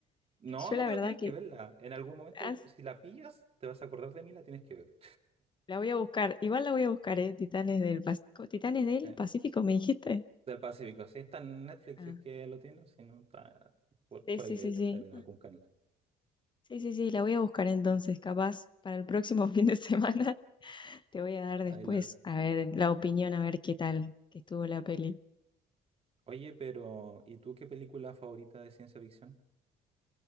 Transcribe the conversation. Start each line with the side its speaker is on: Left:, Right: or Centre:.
Right: No,
Left: Yo
Right: no,
Left: la
Right: pero
Left: verdad
Right: tienes
Left: que
Right: que verla. En algún momento,
Left: ah,
Right: si la pillas, te vas a acordar de mí, la tienes que ver.
Left: la voy a buscar, igual la voy a buscar, ¿eh? Titanes del Pacífico. ¿Titanes del
Right: Sí,
Left: Pacífico me dijiste?
Right: Del Pacífico. Si está en Netflix,
Left: Ah,
Right: si es que lo tiene. Si no, está por,
Left: sí,
Right: por
Left: sí,
Right: ahí debe
Left: sí, sí.
Right: estar en algún canal.
Left: Sí, sí, sí, la voy a buscar entonces, capaz para el próximo <laughs> fin de semana. Te voy a dar
Right: Ahí
Left: después,
Right: la ves.
Left: a ver, la opinión, a ver qué tal que estuvo la peli.
Right: Oye, pero ¿y tú qué película favorita de ciencia ficción?